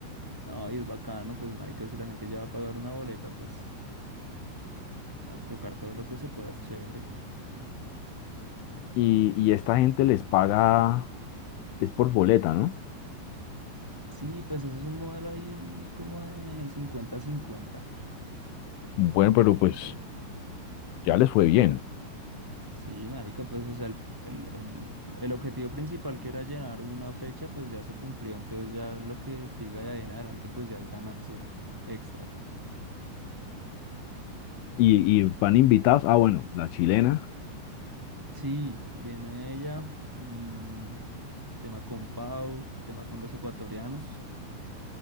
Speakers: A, in the centre; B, on the left.
A: No, y es bacano, pues, marica, si la gente ya va a pagar una boleta, pues, a tocar todo lo que se pueda es chévere.
B: Y, y esta gente les paga, es por boleta, ¿no?
A: Sí, pues, ese es un modelo ahí como de cincuenta cincuenta
B: Bueno,
A: de boletería.
B: pero pues ya les fue bien.
A: Sí, marica, pues, o sea, el, el, el, el objetivo principal que era llenar una fecha, pues, ya se cumplió. Entonces, ya lo que siga de ahí en adelante, pues, ya es ganancia extra.
B: Y, y van invitados. Ah, bueno, la chilena.
A: Sí, viene ella, mm, tema con Pau, tema con los ecuatorianos.